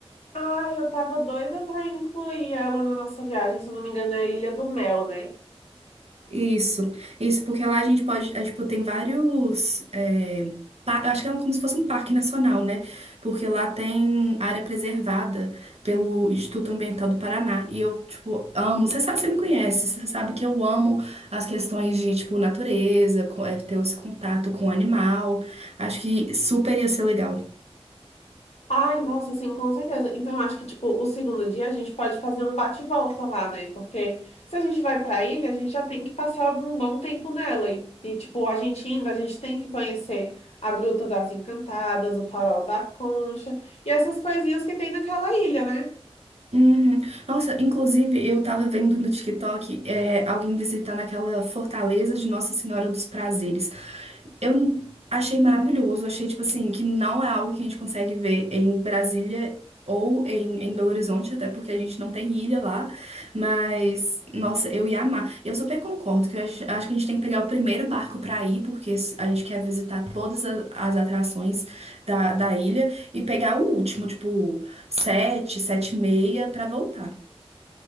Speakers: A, on the left; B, on the right.
A: Ai, eu tava doida pra incluir ela na nossa viagem, se eu não me engano, é a Ilha do Mel, né?
B: Isso, isso, porque lá a gente pode, é, tipo, tem vários, é, pa- eu acho que é um- como se fosse um parque nacional, né? Porque lá tem área preservada pelo Instituto Ambiental do Paraná, e eu, tipo, amo, você sabe, você me conhece, você sabe que eu amo as questões de, tipo, natureza, co- é, ter esse contato com o animal, acho que super ia ser legal.
A: Ai, nossa, sim, com certeza. Então, eu acho que, tipo, o segundo dia a gente pode fazer um bate-volta lá, né? Porque se a gente vai pra ilha, a gente já tem que passar um bom tempo nela. E, e, tipo, a gente indo, a gente tem que conhecer a Gruta das Encantadas, o Farol da Concha e essas coisinhas que tem naquela ilha, né?
B: Uhum. Nossa, inclusive eu tava vendo no TikTok é, alguém visitando aquela fortaleza de Nossa Senhora dos Prazeres. Eu achei maravilhoso, achei, tipo assim, que não é algo que a gente consegue ver em Brasília ou em, em Belo Horizonte, até porque a gente não tem ilha lá, mas, nossa, eu ia amar. E eu super concordo que eu acho, acho que a gente tem que pegar o primeiro barco pra ir, porque a gente quer visitar todas a- as atrações da, da ilha, e pegar o último, tipo, sete, sete e meia, pra voltar.